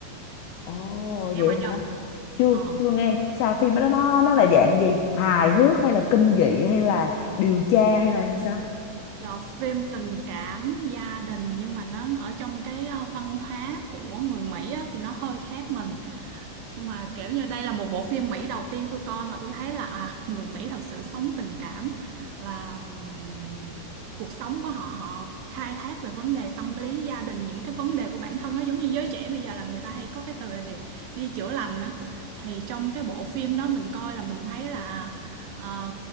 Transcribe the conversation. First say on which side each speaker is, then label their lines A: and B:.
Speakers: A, on the left; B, on the right.
A: ồ
B: nghe
A: vậy
B: qua chưa
A: chưa
B: Ờ.
A: chưa nghe sao phim đó nó nó là dạng gì hài hước hay là kinh dị hay là điều tra hay là sao
B: Rồi phim tình cảm gia đình nhưng mà nó ở trong cái ờ, văn hóa của người Mỹ á, thì nó hơi khác mình nhưng mà kiểu như đây là một bộ phim Mỹ đầu tiên tôi coi mà tôi thấy là à người Mỹ thật sự sống tình cảm và ừm, cuộc sống của họ họ khai thác về vấn đề tâm lý gia đình những cái vấn đề của bản thân á giống như giới trẻ bây giờ là người ta hay có cái từ là gì? đi chữa lành á thì trong cái bộ phim đó mình coi là mình thấy là à,